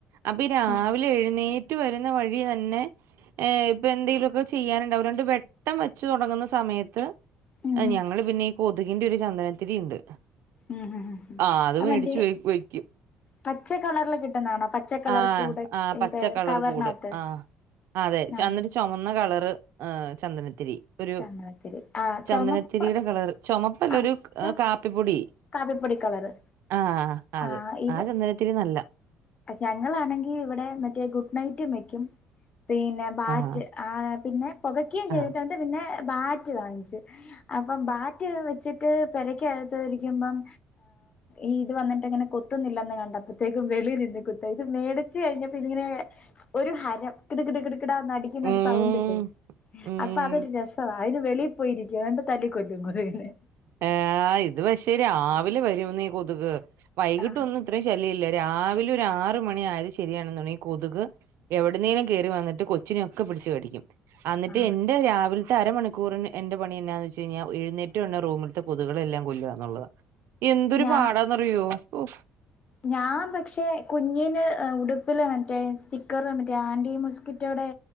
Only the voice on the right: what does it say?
അപ്പൊഈ രാവിലെ
എഴുന്നേറ്റ് റ്റു വരുന്ന വഴി തന്നെ ഇപ്പൊ എന്തെങ്കിലൊക്കെ ചെയ്യാനുണ്ടാവും രണ്ട് വെട്ടം വെച്ച് തുടങ്ങുന്ന സമയത്ത്
ഞങ്ങള് പിന്നെ ഈ കൊതുകിന്റെ ഒരു ചന്ദനത്തിരിണ്ട്
ആ അത് മേടിച്ച്
വെയ്ക്കും
ആ
ആ പച്ച
കളറ്
കൂട് ആ അതെ ചന്നത്
ചൊമന്ന കളറ് ഹ് ചന്ദനത്തിരി ഒരു
ചന്ദനത്തിരിയുടെ
കളർ ചൊമ അല്ല
ഒരു
കാപ്പിപ്പൊടി
ആഹ് അത്
ചന്ദനത്തിരി നല്ല
ആഹ്
ആഹ്
ഉം
ഉം
ആഹ് ഇത് പക്ഷേ രാവിലെ വരും നീ കൊതുക് വൈകിട്ട
ഒന്നും ഇത്രയും ശല്യ ഇല്ല രാവിലെ ആറ മണി ആയത് ശരിയാണുണ്ടെ കൊതുക് എവിടുന്നേലും കേറി വന്നിട്ട് കൊച്ചിനെക്കെ പിടിച്ച് കടിക്കും എന്നിട്ട്
എന്റെ രാവിലത്തെ അരമണിക്കൂറിന് എന്റെ പണി എന്താന്ന് വച്ച് കഴിാൽ എഴുന്നേറ്റ് കഴിഞ്ഞ റൂമിലത്തെ കൊതുകുകളെല്ലാം കൊല്ലുക എന്നതാണ് എന്തൊരു
പാടാന്ന്റിയോ ഓഫ്